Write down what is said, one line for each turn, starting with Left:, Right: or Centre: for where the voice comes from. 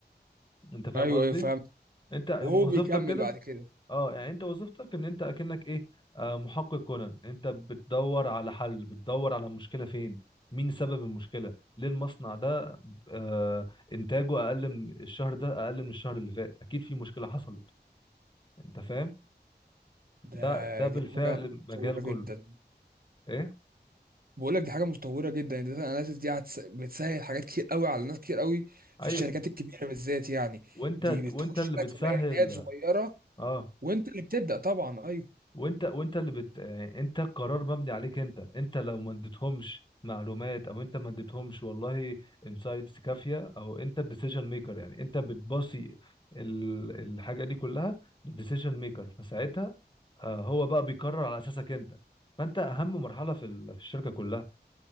Left: انت فاهم
Right: ايوه
Left: قصدي
Right: ايوه فاهم
Left: انت
Right: وهو
Left: وظيفتك
Right: بيكمل
Left: كده
Right: بعد كده
Left: اه يعني انت وظيفتك ان انت اكنك ايه آه محقق كونان انت بتدور على حل بتدور على المشكله فين مين سبب المشكله ليه المصنع ده آه انتاجه اقل من الشهر ده اقل من الشهر اللي فات اكيد في مشكله حصلت انت فاهم
Right: ده
Left: ده ده بالفعل
Right: دي حاجة متطورة
Left: مجال كله
Right: جدا
Left: ايه
Right: بقول لك دي حاجة متطورة جدا الداتا اناليسيس دي هتس... بتسهل حاجات كتير قوي على ناس كتير قوي في
Left: ايوه
Right: الشركات الكبيرة بالذات يعني
Left: وانت
Right: دي
Left: وانت
Right: بتخش
Left: اللي بتسهل
Right: لك في بيانات صغيرة
Left: اه
Right: وانت اللي بتبدأ طبعا ايوه
Left: وانت وانت اللي بت... يعني انت القرار مبني عليك انت انت لو ما اديتهمش معلومات او انت ما اديتهمش والله انسايتس كافيه او انت الديسيجن ميكر يعني انت بتباصي ال... الحاجه دي كلها للديسيجن ميكر فساعتها آه، هو بقى بيقرر على اساسك انت فانت اهم مرحله في ال- في الشركه كلها